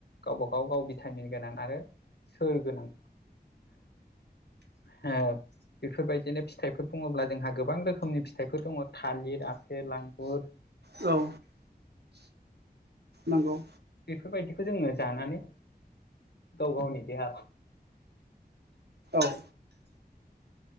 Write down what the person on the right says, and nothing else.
औ नांगौ
औ